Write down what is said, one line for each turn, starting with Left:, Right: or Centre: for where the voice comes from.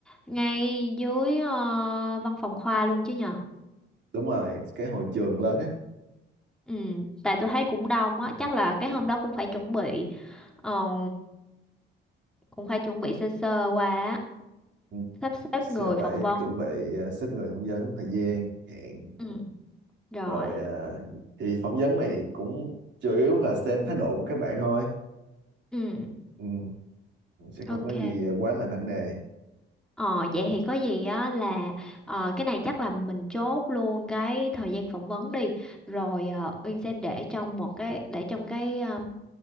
Centre: ngay dưới ờ, văn phòng khoa luôn chứ nhờ.
Right: đúng rồi cái hội trường lớn á
Centre: Ừ, Ừ, tại tôi thấy cũng đông á, chắc là cái hôm đó cũng phải chuẩn bị ờ, cũng phải chuẩn bị sơ sơ qua á,
Right: ừ,
Centre: sắp xếp
Right: sẽ
Centre: người
Right: phải
Centre: phỏng vấn.
Right: chuẩn bị à, xếp người phỏng vấn thời gian hẹn
Centre: Ừ, rồi.
Right: rồi à, thì phỏng vấn này cũng chủ yếu là xem thái độ của các bạn thôi
Centre: Ừ,
Right: ừ, sẽ không
Centre: ok.
Right: có gì quá là nặng nề
Centre: Ờ vậy thì có gì á là ờ, cái này chắc là mình chốt luôn cái thời gian phỏng vấn đi. Rồi ờ, Uyên sẽ để trong một cái để trong cái ờ,